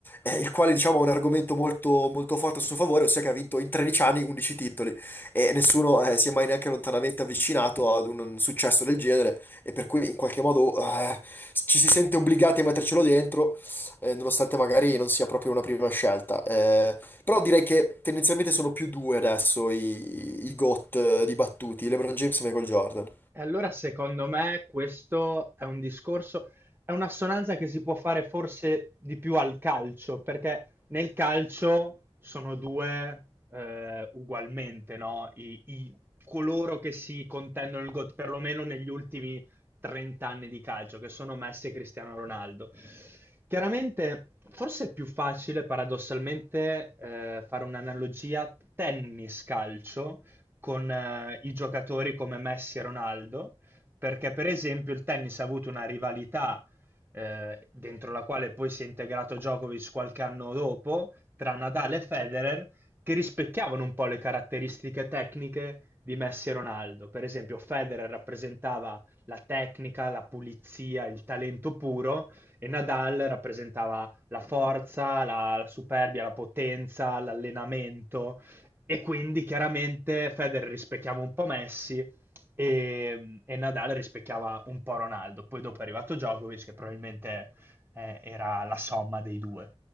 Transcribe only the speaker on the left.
eh,
il quale, diciamo, ha un argomento molto, molto forte a suo favore, ossia che ha vinto in 13 anni 11 titoli e nessuno eh, si è mai neanche lontanamente avvicinato ad un successo del genere e per cui in qualche modo eh, ci si sente obbligati a mettercelo dentro eh, nonostante magari non sia proprio una prima scelta. Eh, però direi che tendenzialmente sono più due adesso i, i GOAT eh, dibattuti, LeBron James e Michael Jordan.